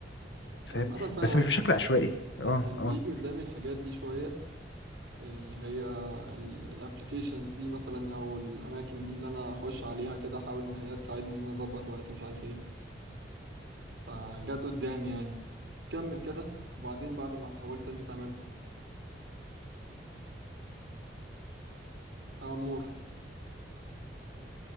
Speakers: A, on the left; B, on the right.
A: فاهم
B: انا عامة فاهم
A: بس
B: قصدك
A: مش بشكل عشوائي اه
B: انا كان
A: اه
B: بيجي قدامي الحاجات دي شوية اللي هي الابلكيشنز دي مثلا او الاماكن دي اللي انا اخش عليها كده احاول ان هي تساعدني ان انا اظبط وقتي مش عارف ايه فجت قدامي يعني كمل كده وبعدين بعد ما حاولت انت تعمله يا عمور